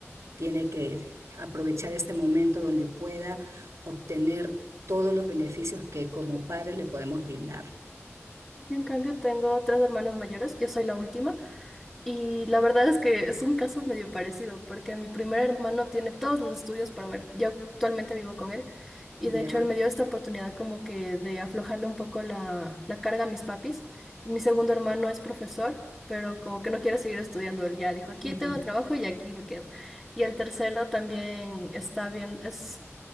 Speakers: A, on the right (about 80°); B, on the left (about 15°).
A: tiene que aprovechar este momento donde pueda obtener todos los beneficios que como padres le podemos brindar.
B: Yo en cambio tengo tres hermanos mayores, yo soy la última. Y la verdad es que es un caso medio parecido, porque mi primer hermano tiene todos los estudios para ver. Yo actualmente vivo con él y
A: Ya,
B: de hecho él me dio esta oportunidad como que de aflojarle un poco la, la carga a mis papis. Mi segundo hermano es profesor, pero como que no quiere seguir estudiando. Él ya dijo, aquí
A: Mm,
B: tengo trabajo y aquí me quedo. Y el tercero también está bien, es